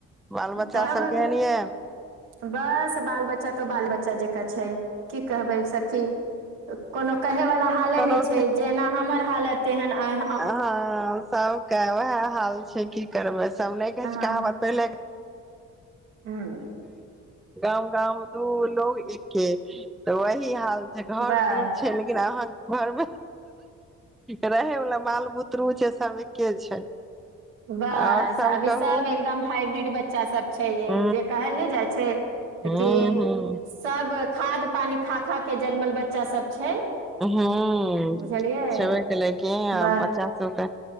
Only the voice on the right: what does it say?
तब
बस बाल बच्चा तऽ बाल बच्चा जका छै की कहबै सखी कोनो कहेवाला हाले
नहि छै जेना हमर हालत तेहन आ
अहाँ
हूँ
बस
बस
अभी
सब एकदम हाइब्रिड बच्चा सब छै
जे कहल नहि जाइ छै
कि
सब खाद पानी खा खा के जनमल बच्चा सब छै
बुझलियै
ब